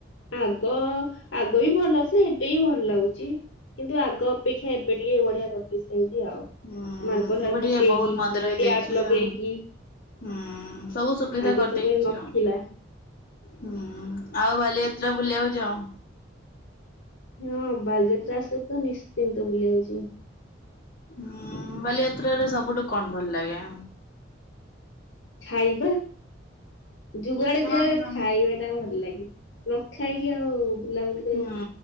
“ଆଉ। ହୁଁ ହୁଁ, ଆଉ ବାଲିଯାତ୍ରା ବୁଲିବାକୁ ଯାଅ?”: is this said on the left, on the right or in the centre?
Left